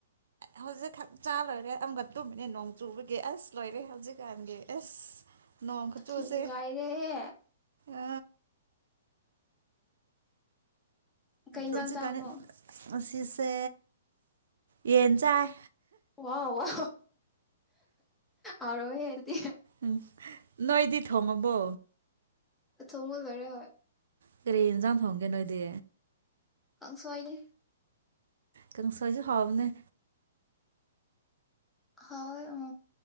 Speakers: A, on the right (about 80°); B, in the centre.
A: ꯍꯧꯖꯤꯁꯦ ꯈꯛ ꯆꯥ ꯂꯣꯏꯔꯦ ꯑꯃꯒꯀ ꯇꯨꯝꯕꯅꯦ ꯅꯣꯡ ꯆꯨꯕꯒꯤ ꯑꯁ ꯂꯣꯏꯔꯦ ꯍꯧꯖꯤꯛꯀꯥꯟꯒꯤ ꯑꯁ ꯅꯣꯡ ꯈꯨꯆꯨꯁꯦ
B: ꯅꯨꯡꯉꯥꯏꯔꯦꯍꯦ
A: ꯑ
B: ꯀꯩ ꯏꯟꯖꯥꯡ
A: ꯑꯗꯨꯁꯨ
B: ꯆꯥꯕꯅꯣ
A: ꯀꯅꯦ ꯑꯁꯤꯁꯤ ꯁꯦ ꯌꯦꯟ ꯆꯥꯏ
B: ꯋꯥ ꯋꯥ ꯑꯔ ꯍꯥꯏꯔꯗꯤ
A: ꯎ ꯅꯣꯏꯗꯤ ꯊꯣꯡꯉꯕꯣ
B: ꯊꯃꯨ ꯂꯔ ꯍ
A: ꯀꯔꯤ ꯏꯟꯖꯥꯡ ꯊꯣꯡꯒꯦ ꯅꯣꯏꯗꯤ
B: ꯀꯪ ꯁꯋꯥꯏꯅꯦ
A: ꯀꯪꯁꯥꯁꯤ ꯍꯥꯕꯅꯦ
B: ꯍ ꯑꯝ